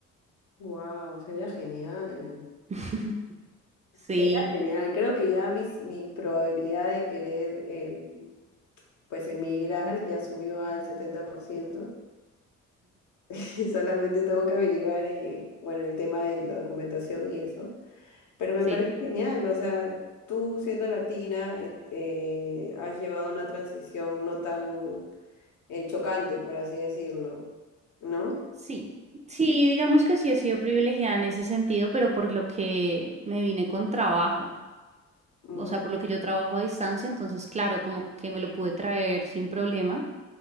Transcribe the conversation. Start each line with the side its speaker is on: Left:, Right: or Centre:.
Left: Wow, sería genial.
Right: <laughs> Sí,
Left: Sería genial. Creo que ya mis, mi probabilidad de querer eh, pues en migrar ya subió al 70% <laughs> y solamente tengo que averiguar, eh, bueno, el tema de la documentación y eso, pero me
Right: sí,
Left: parece genial, o sea, tú siendo latina eh, eh, has llevado una transición no tan eh, chocante, por así decirlo, ¿no?
Right: sí. Sí, digamos que sí he sido privilegiada en ese sentido, pero por lo que me vine con trabajo.
Left: Mm,
Right: o sea, por lo que yo trabajo a distancia, entonces, claro, como que me lo pude traer sin problema,